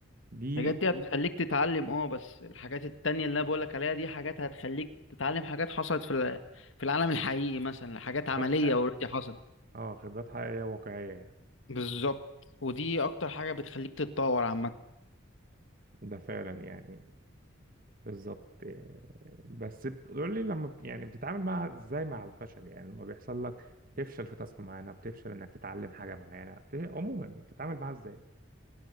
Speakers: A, on the right; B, on the left.
A: دي
B: الحاجات دي هتخليك تتعلم اه بس الحاجات التانية اللي انا بقولك عليها دي حاجات هتخليك تتعلم حاجات حصلت في ال- في العالم الحقيقي مثلا حاجات عملية
A: خبرات-
B: اوريدي حصلت
A: اه خبرات حقيقية واقعية يعني
B: بالظبط ودي اكتر حاجة بتخليك تتطور عامة
A: ده فعلا يعني بالظبط إيه، بس بتقول لي لما بت- يعني بتتعامل مع ازاي مع الفشل يعني لما بيحصل لك تفشل في تاسك معينة بتفشل انك تتعلم حاجة معينة بت- عموما يعني بتتعامل معاها ازاي